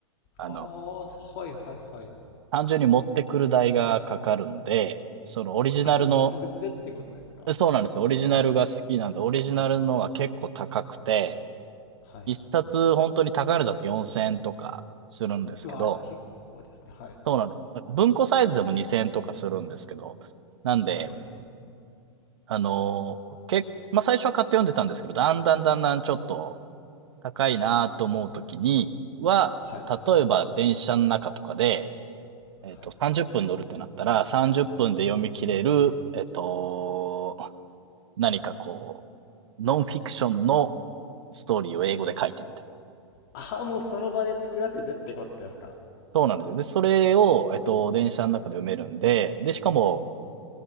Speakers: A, on the right; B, on the left.
A: あの、
B: ああ、はいはいはい。
A: 単純に持ってくる代がかかるんで、そのオリジナルの、
B: あ、その実物でってことですか。
A: そうなんですよ、オリジナルが好きなんで、オリジナルのは結構高くて、
B: はい。
A: 一冊本当に高いのだと4000円とかするんですけど、
B: うわあ、結構ですね。はい。
A: そうなんですよ。なんか文庫サイズでも2000円とかするんですけど、なんで、
B: あれ
A: あの、け、まあ、最初は買って読んでたんですけど、だんだんだんだんちょっと、高いなと思うときには、
B: はい。
A: 例えば電車の中とかで、
B: はい。
A: えっと、30分乗るってなったら、30分で読み切れる、えっと、何かこう、ノンフィクションのストーリーを英語で書いてみたいな。
B: ああ、もうその場で作らせてってことですか。
A: そうなんですよ。で、それを、えっと、電車の中で読めるんで、で、しかも、